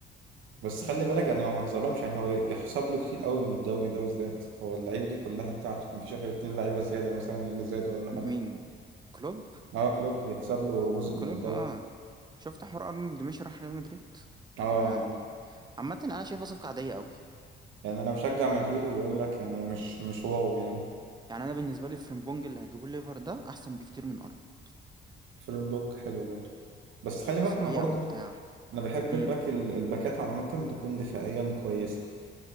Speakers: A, on the right; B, on the right.
A: بس خلي بالك يعني هو ما اتظلمش يعني هو يحسب له كتير قوي من الدوري ده بالذات هو اللعيبة دي كلها بتاعته مفيش غير اتنين لعيبة زيادة مثلا اللي زادوا ولا حاجة
B: مين كلوب
A: اه كلوب يحسب له جزء
B: كلوب
A: من الدوري
B: اه شفت حوار أرنولد مشي راح ريال مدريد
A: اه
B: أنا ما يعني عامة أنا شايفها صفقة عادية قوي
A: يعني انا بشجع مدريد وبقول لك يعني مش مش واو يعني
B: يعني أنا بالنسبة لي فريمبونج اللي هيجيبوه ليفر ده أحسن بكتير من أرنولد
A: فليب حلو برضه بس خلي
B: وسريع
A: بالك انا برضه
B: وبتاع
A: انا بحب
B: امم
A: الباك ال- الباكات عامه تكون دفاعيا كويسه